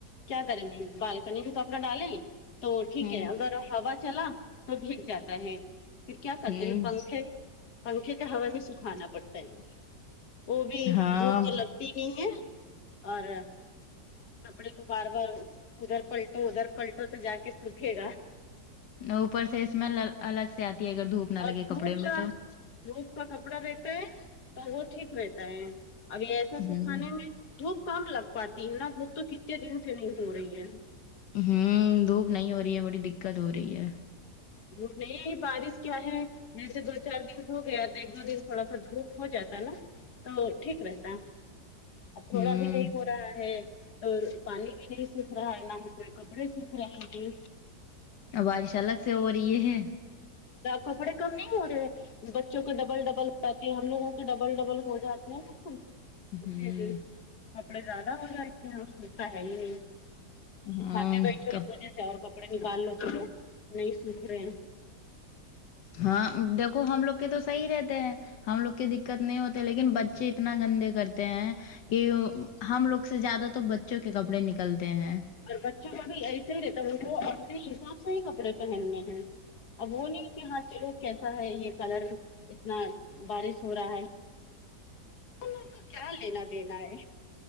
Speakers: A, on the left; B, on the left.
A: کیا کریں گے بالکنی میں کپڑا ڈالیں تو ٹھیک
B: ہوں
A: ہے اگر ہوا چلا تو بھیگ جاتا ہے پھر کیا کرتے
B: ہوں
A: ہیں پنکھے پنکھے کا ہوا سے سکھانا پڑتا ہے وہ بھی
B: ہاں
A: دھوپ کا لگ کتنی ہے اور کپڑے کو بار بار ادھر پلٹو ادھر پلٹو تو جا کے سوکھے گا
B: اوپر سے اسمل الگ سے آتی ہے اگر دھوپ نہ
A: اور
B: لگے
A: دھوپ
B: کپڑے میں
A: کا
B: تو
A: دھوپ کا کپڑا رہتا ہے تو وہ ٹھیک رہتا ہے ابھی ایسا سکھانے
B: ہوں
A: میں دھوپ کم لگ پاتی ہے نا دھوپ تو کتنے دن سے نہیں ہو رہی ہے
B: ہوں دھوپ نہیں ہو رہی ہے بڑی دقت ہو رہی ہے
A: دھوپ نہیں بارش کیا ہے جیسے دو چار دن ہو گیا تو ایک دو دن تھوڑا سا دھوپ ہو جاتا نا تو ٹھیک رہتا اب تھوڑا
B: ہوں
A: بھی نہیں ہو رہا ہے اور پانی بھی نہیں سوکھ رہا ہے نہ ہی کوئی کپڑے سوکھ رہے ہیں
B: بارش الگ سے ہو رہی یہ ہے
A: کپڑے کم نہیں ہو رہے ہیں بچوں کے ڈبل ڈبل ہو جاتی ہیں ہم لوگوں کے ڈبل ڈبل ہو جاتے ہیں نا اسے
B: ہوں
A: بھی کپڑے زیادہ ہو جائیں گے <unintelligible>
B: ہاں
A: سکھاتے بیٹھو اس وجہ سے اور کپڑے نکال لو تو نہیں سوکھ رہے ہیں
B: ہاں دیکھو ہم لوگ کے تو صحیح رہتے ہیں ہم لوگ کے دقت نہیں ہوتے لیکن بچے اتنا گندے کرتے ہیں یہ ہم لوگ سے زیادہ تو بچوں کے کپڑے نکلتے ہیں
A: اور بچوں کے بھی ایسے ہی رہتا ان کو اپنے حساب سے ہی کپڑے پہننے دو ہیں اب وہ نہیں کہ ہاں چلو کیسا ہے یہ کلر اتنا بارش ہو رہا ہے ان لوگ کیا لینا دینا ہے